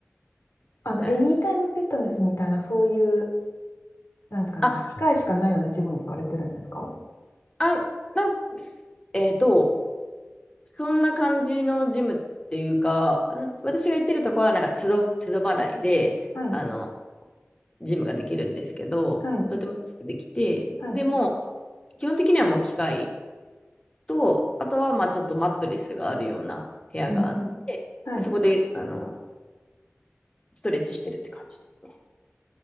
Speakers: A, on the left (about 70°); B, on the left (about 20°).
A: あの、
B: はい。
A: エニータイムフィットネスみたいな、そういう、なんですかね、
B: あ、
A: 機会しかないようなジムに行かれてるんですか
B: あ、なんえっ、と、そんな感じのジムっていうか、あの私が行ってるとこは、なんか、つど、つど払いで、
A: はい。
B: あの、ジムができるんですけど、
A: はい。
B: とても安くできて、
A: はい。
B: でも、基本的にはもう機械と、あとはまあちょっとマットレスがあるような部屋があって、
A: うんうんはい。
B: でそこであのストレッチしてるって感じですね。